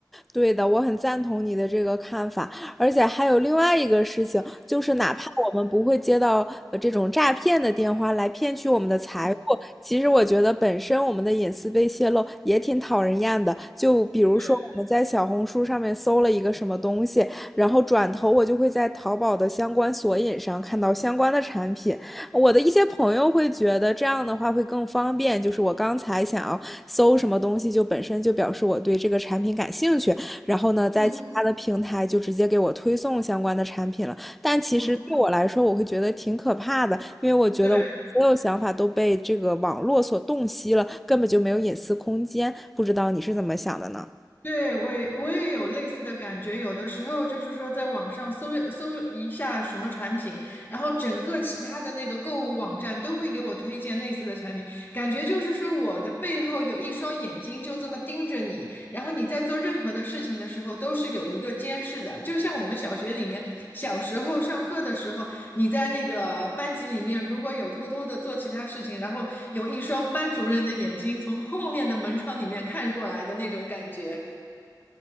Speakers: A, in the centre; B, on the left.
A: 对的，我很赞同你的这个看法，而且还有另外一个事情，就是哪怕我们不会接到呃这种诈骗的电话来骗取我们的财物，其实我觉得本身我们的隐私被泄露也挺讨人厌的。就比如说我们在小红书上面搜了一个什么东西，
B: 是，
A: 然后转头我就会在淘宝的相关索引上看到相关的产品。我的一些朋友会觉得这样的话会更方便，就是我刚才想要搜什么东西，就本身就表示我对这个产品感兴趣，然后呢，在其他的平台就直接给我推送相关的产品了。
B: 嗯
A: 但其实对我来说，
B: 嗯，
A: 我会觉得挺可怕的，因为我觉得我所有想法都被这个网络所洞悉了，
B: 对。
A: 根本就没有隐私空间。不知道你是怎么想的呢？
B: 对，我也我也有类似的感觉，有的时候就是说，在网上搜搜一下什么产品，然后整个其他的那个购物网站都会给我推荐类似的产品，感觉就是说我的背后有一双眼睛就这么盯着你，然后你在做任何的事情的时候都是有一个监视的，就像我们小学里面小时候上课的时候，你在那个班级里面如果有偷偷的做其他事情，然后有一双班主任的眼睛从后面的门窗里面看过来的那种感觉。